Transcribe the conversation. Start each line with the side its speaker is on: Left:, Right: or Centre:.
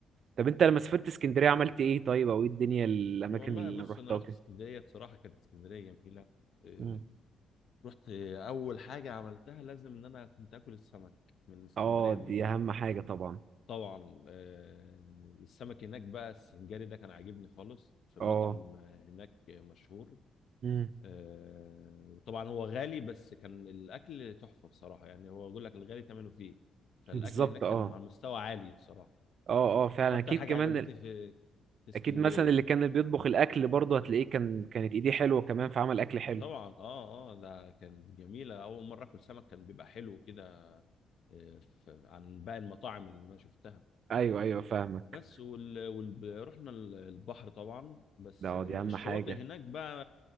Right: طب انت لما سافرت اسكندريه عملت ايه طيب او ايه الدنيا الاماكن
Left: والله
Right: اللي
Left: بص
Right: رحتها
Left: انا رحت
Right: كده
Left: اسكندريه بصراحه كانت اسكندريه جميله إيه،
Right: مم.
Left: رحت إيه، اول حاجه عملتها لازم ان انا كنت اكل السمك من اسكندريه
Right: اه دي
Left: من
Right: اهم حاجه طبعا
Left: طبعا آه، السمك هناك بقى السنجاري ده كان عاجبني خالص في
Right: اه
Left: مطعم آه، هناك مشهور
Right: مم.
Left: آه، وطبعا هو غالي بس كان الاكل تحفه بصراحه يعني هو بقول لك الغالي ثمنه فيه فالاكل
Right: بالظبط
Left: هناك
Right: اه
Left: كان على مستوى عالي بصراحه
Right: اه اه فعلا
Left: ده اكتر
Right: اكيد
Left: حاجه
Right: كمان
Left: عجبتني
Right: ال-
Left: في في اسكندريه
Right: اكيد مثلا اللي كان بيطبخ الاكل برضه هتلاقيه كان كانت ايديه حلوه كمان فعمل اكل حلو
Left: طبعا اه اه ده كانت جميله اول مره اكل سمك كان بيبقى حلو كده آه، ف- عن باقي المطاعم اللي انا شفتها
Right: ايوه ايوه فاهمك
Left: بس وال... وال... رحنا ال- البحر طبعا بس
Right: ده اه
Left: آه،
Right: دي اهم
Left: الشواطئ
Right: حاجه
Left: هناك بقى